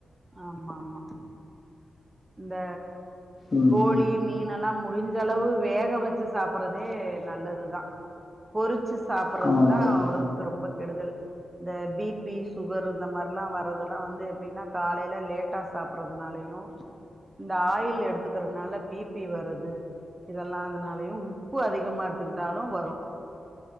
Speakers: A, on the right (about 20°); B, on the left (about 30°).
A: ஆமா ஆமா இந்த
B: ம்
A: கோழி மீன்னெல்லா முடிஞ்ச அளவு வேக வச்சு சாப்பற்றதே நல்லதுதா பொறிச்சு சாப்பட்றதுதா
B: ஆமாம் தோழி
A: ஒடம்புக்கு ரொம்ப கெடுதல் இந்த பி பி சுகர் இந்த மாரிலா வர்றதுல்லா வந்து எப்டின்னா காலையில லேட்டா சாப்புட்றதுனாலையு இந்த ஆயில் எடுத்துக்கிறதுனால பி பி வருது இதெல்லா அதுனாலயு உப்பு அதிகமா எடுத்துக்கிட்டாலு வரு